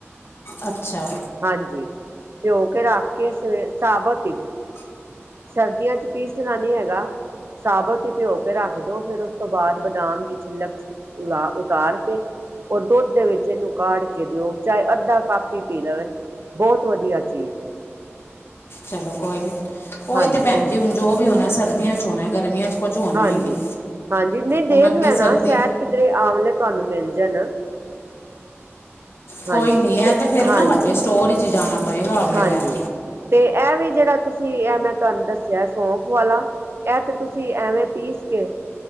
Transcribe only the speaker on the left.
ਅੱਛਾ
ਚਲੋ ਕੋਈ ਨੀ, ਓਈ
ਤੇ ਭੈਣ ਜੀ ਹੁਣ ਜੋ ਵੀ ਹੋਣਾ ਸਰਦੀਆਂ 'ਚ ਹੋਣਾ। ਗਰਮੀਆਂ 'ਚ ਕੁਝ ਹੋਣਾ
ਹੀ ਨਹੀਂ
ਹੁਣ ਅੱਗੇ
ਸਰਦੀ
ਕੋਈ ਨਹੀਂ ਹੈ
ਤੇ ਫਿਰ
ਨਾ ਵੱਡੇ ਸਟੋਰ ਵਿਚ ਜਾਣਾ ਪਏਗਾ। ਆਵਲੇ
ਲੈਣ